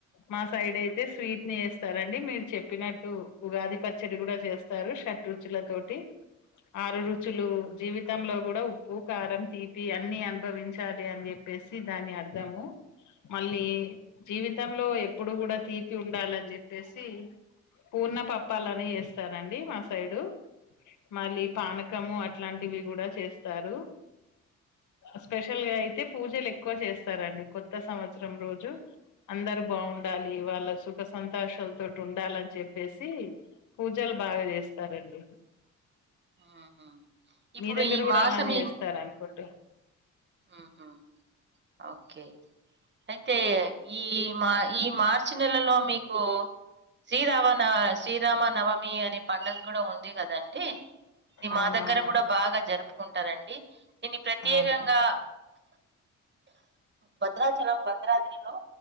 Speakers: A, on the left; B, on the right.
A: మా సైడ్ అయితే స్వీట్ ని ఇస్తారండి మీరు చెప్పినట్టు ఉగాది పచ్చడి కూడా చేస్తారు షడ్రుచుల తోటి ఆరు రుచులు జీవితంలో కూడా ఉప్పు కారం తీపి అన్ని అనుభవించాలి అని చెప్పేసి దాని అర్ధము మళ్ళీ జీవితంలో ఎప్పుడూ కూడా తీపి ఉండాలని చెప్పేసి పూర్ణ పప్పాలని చేస్తారండి మా సైడు మళ్ళీ పానకము అట్లాంటివి కూడా చేస్తారు స్పెషల్ గా అయితే పూజ లెక్ ఎక్కువ చేస్తారండి కొత్త సంవత్సరం రోజు అందరు బాగుండాలి వాళ్ళ సుఖ సంతోషాల తోటి ఉండాలని చెప్పేసి పూజలు బాగా చేస్తారండి
B: ఊహు ఇప్పుడు
A: మీ దగ్గర
B: ఈ
A: కూడా
B: మాసం
A: అలానే
B: ఏం
A: చేస్తారు అనుకుంట
B: ఊహు ఓకే అయితే ఈ మా ఈ మార్చి నెలలో మీకు శ్రీరామ నవ శ్రీరామ నవమి అనే పండుగ కూడా ఉంది కదండి ఇది
A: అవునవును
B: మా దగ్గర కూడా బాగా జరుపుకుంటారంండి దీన్ని ప్రత్యేకంగా
A: అవును
B: భద్రాచలం భద్రాద్రిలో